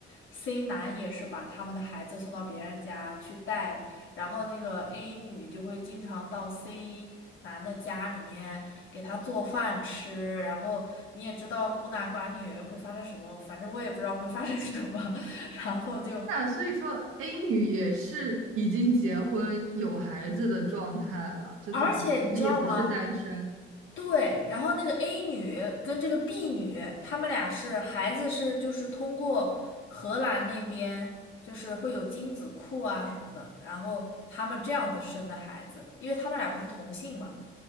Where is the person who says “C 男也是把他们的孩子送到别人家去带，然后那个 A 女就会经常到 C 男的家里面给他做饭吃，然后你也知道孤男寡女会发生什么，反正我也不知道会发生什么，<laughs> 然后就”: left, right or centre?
Left